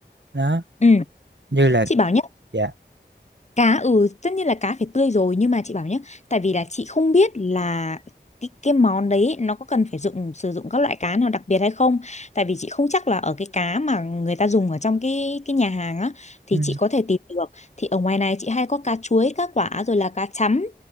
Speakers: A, on the right; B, on the left.
A: đó
B: Ừ,
A: như là
B: chị bảo nhá.
A: dạ
B: cá ừ tất nhiên là cá phải tươi rồi nhưng mà chị bảo nhé tại vì là chị không biết là cái, cái món đấy nó có cần phải dụng sử dụng các loại cá nào đặc biệt hay không tại vì chị không chắc là ở cái cá mà người ta dùng ở trong cái cái nhà hàng á thì
A: ừ.
B: chị có thể tìm được thì ở ngoài này chị hay có cá chuối cá quả rồi là cá chấm